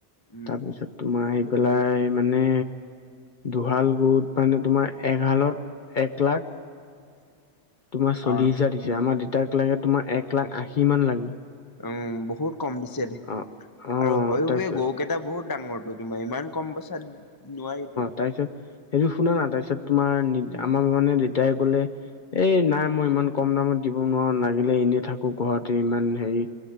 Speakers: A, on the left (about 20°); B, on the left (about 50°).
A: উম,
B: তাৰপিছত তোমাৰ আহি পেলাই মানে। দুহাল গ'ল ত' মানে তোমাৰ এহালত এক লাখ
A: <inaudible>
B: তোমাৰ চল্লিশ
A: আহ
B: হেজাৰ দিছে। আমাৰ দেউতাক লাগে তোমাৰ এক লাখ আশী মান লাগে।
A: উম, বহুত কম দিছে দেই।
B: অ', অ',
A: আৰু হয়ো
B: তাৰপিছত
A: বে গৰু কেইটা বহুত ডাঙৰটো তোমাৰ ইমান কম পইচাত নোৱাৰিতো।
B: তাপিছত। সেইটো শুনা না, তাৰপিছত তোমাৰ
A: উম,
B: আমাৰ মানে দেউতাই ক'লে। এই, নাই মই ইমান কম দামত দিব নোৱাৰো। লাগিলে এনেই থাকো ঘৰতে ইমান হেৰি